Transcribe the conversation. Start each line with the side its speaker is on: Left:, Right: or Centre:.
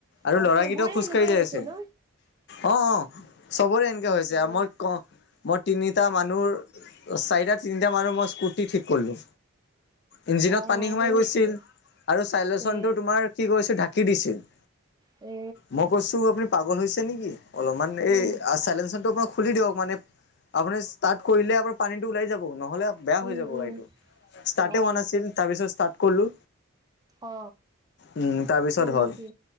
Left: আৰু
Right: অ
Left: লৰাগিতাও
Right: চবৰে
Left: খোজকাঢ়ি
Right: সেনেকুৱা
Left: যাই
Right: হৈছে
Left: আছে।
Right: ন?
Left: অ অ চবৰে এনেকে হৈছে
Right: এ
Left: মই কহ মই তিনিটা মানুহ চাৰিটা তিনিটা মানুহ মই স্কুটি ঠিক কৰিলো। ইঞ্জিনত
Right: অ
Left: পানী সোমাই
Right: হয়
Left: গৈছিল
Right: নেকি?
Left: আৰু চাইলেচনটো
Right: এ
Left: তোমাৰ কি কৰিছে ঢাকি দিছিল।
Right: এ
Left: মই কৈছো আপুনি পাগল হৈছে নেকি অলপমান এই
Right: উম
Left: চাইলেনচাৰটো পৰা খুলি দিয়ক মানে আপুনি ষ্টাৰ্ট কৰিলে ইয়াৰ পৰা পানীটো ওলাই যাব। নহ'লে বেয়া
Right: উম
Left: হৈ যাব
Right: উম
Left: গাড়ীটো ষ্টাৰ্টে
Right: অ
Left: হোৱা নাছিল তাৰ পিছত ষ্টাৰ্ট কৰিলো।
Right: অ
Left: উম, তাৰপিছত
Right: হয়
Left: হ'ল
Right: নেকি